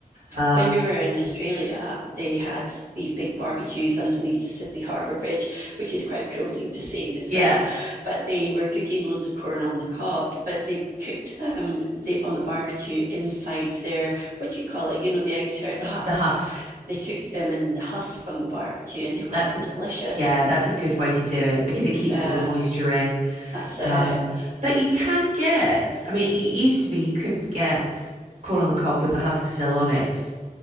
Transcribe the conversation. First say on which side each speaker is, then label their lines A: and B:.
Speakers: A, on the right (about 55°); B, on the right (about 80°).
A: Um,
B: when we were in Australia, they had these big barbecues underneath the Sydney Harbour Bridge, which is quite a cool thing to see in itself.
A: yeah,
B: But they were cooking loads of corn on the cob, but they cooked them they, on the barbecue inside their, what do you call it? You know, the outer, the husk.
A: the husk.
B: They cooked them in the husk on the barbecue and they were
A: That's a
B: delicious.
A: yeah, that's a good way to do it because it keeps
B: Uh,
A: all the moisture in.
B: that's it.
A: Um, but you can get. I mean, it used to be you couldn't get corn on the cob with the husk still on it.